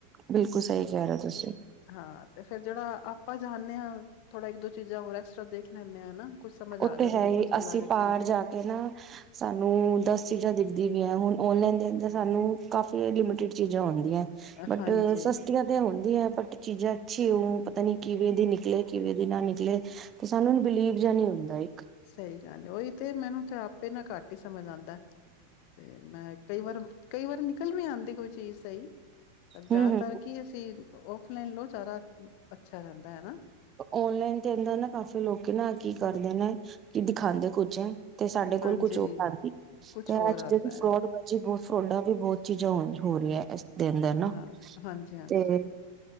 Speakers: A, on the right; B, on the left.
A: ਬਿਲਕੁਲ ਸਹੀ ਕਹਿ ਰਹੇ ਹੋ ਤੁਸੀਂ
B: ਹਾਂ, ਤੇ ਫੇਰ ਜਿਹੜਾ ਆਪਾਂ ਜਾਂਨੇ ਹਾਂ ਥੋੜਾ ਇੱਕ ਦੋ ਚੀਜ਼ਾਂ ਹੋਰ ਐਕਸਟਰਾ ਦੇਖ ਲੈਂਨੇ ਹਾਂ ਨਾ, ਕੁੱਝ ਸਮਝ
A: ਉੱਥੇ
B: ਆ ਜਾਂਦੀ,
A: ਹੈ ਹੀ
B: ਕੁੱਛ
A: ਅਸੀਂ
B: ਅਲੱਗ ਚੀਜ਼
A: ਪਾਰ ਜਾ ਕੇ ਨਾ ਸਾਨੂੰ ਦਸ ਚੀਜ਼ਾਂ ਦਿਖਦੀ ਵੀ ਹੈ, ਹੁਣ ਔਨਲਾਈਨ ਦੇ ਅੰਦਰ ਸਾਨੂੰ ਕਾਫੀ ਲਿਮਿਟਿਡ ਚੀਜ਼ਾਂ ਆਦੀ
B: ਅ,
A: ਬਟ
B: ਹਾਂਜੀ,
A: ਸਸਤੀਆਂ ਤੇ ਹੁੰਦੀਆਂ ਬਟ ਚੀਜ਼ਾਂ ਅੱਛੀ ਪਤਾ ਨੀ ਕਿਵੇਂ ਦੀ ਨਿਕਲੇ ਕਿਵੇਂ ਦੀ ਨਾ ਨਿਕਲੇ, ਤੇ ਸਾਨੂੰ ਬਿਲੀਵ ਜਾ ਨੀ ਹੁੰਦਾ। ਇੱਕ
B: ਸਹੀ ਗੱਲ ਉਹੀ ਤੇ ਮੈਨੂੰ ਤੇ ਆਪੇ ਨਾ ਘੱਟ ਹੀ ਸਮਝ ਆਦਾ। ਤੇ ਮੈਂ ਕਈ ਵਾਰ ਕਈ ਵਾਰ ਨ ਅਕਲ ਵੀ ਆਦੀ ਕੋਈ ਚੀਜ਼ ਸਹੀ, ਪਰ ਜ਼ਿਆਦਾਤਰ
A: ਹੂੰ ਹੂੰ
B: ਕੀ ਅਸੀਂ, ਔਫਲਾਈਨ ਲੋ ਸਾਰਾ ਅੱਛਾ ਰਹਿੰਦਾ ਹੈ ਨਾ,
A: ਔਨਲਾਈਨ ਤੇ ਐਦਾ ਨਾ ਕਾਫੀ ਲੋਕ ਨਾ ਕੀ ਕਰਦੇ ਨੇ ਕੀ ਦਿਖਾਉਂਦੇ ਕੁਛ ਐ। ਤੇ ਸਾਡੇ ਕੋਲ
B: ਹਾਂਜੀ,
A: ਕੁਛ ਉਹ ਆਦੀ
B: ਕੁਛ
A: ਤੇ ਇਹ
B: ਹੋਰ ਆਂਦਾ
A: ਫਰੋਡਜ਼
B: ਐ।
A: ਬ ਫਰੋਡਾਂ ਵੀ ਬਹੁਤ ਚੀਜ਼ਾਂ ਹੋ ਰਹੀਆਂ ਇਸਦੇ ਅੰਦਰ ਨਾ
B: ਹਾਂ, ਹਾਂਜੀ-ਹਾਂਜੀ,
A: ਤੇ